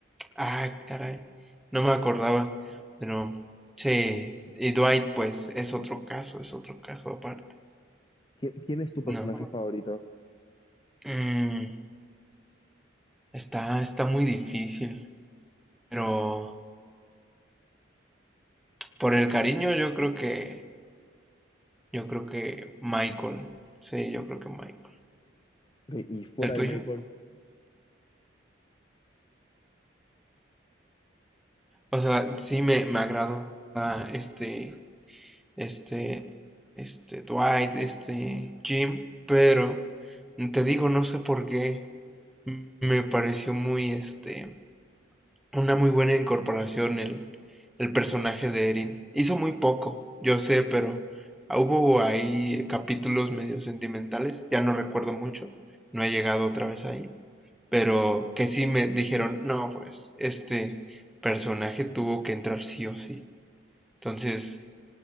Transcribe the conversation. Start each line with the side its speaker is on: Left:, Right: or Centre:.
Centre: Ah, caray. No me acordaba, pero sí. Y Dwight, pues, es otro caso, es otro caso aparte.
Left: ¿Qui- ¿Quién, es tu personaje
Centre: No.
Left: favorito?
Centre: Mm, está, está muy difícil, pero por el cariño yo creo que, yo creo que Michael, sí, yo creo que Michael.
Left: Ok, Y fuera
Centre: ¿El tuyo?
Left: de Michael,
Centre: O sea, sí me, me agrada este, este, este Dwight, este Jim, pero te digo, no sé por qué me pareció muy, este, una muy buena incorporación el, el personaje de Erin. Hizo muy poco, yo sé, pero hubo ahí capítulos medio sentimentales, ya no recuerdo mucho, no he llegado otra vez ahí, pero que sí me dijeron, no, pues este personaje tuvo que entrar sí o sí. Entonces,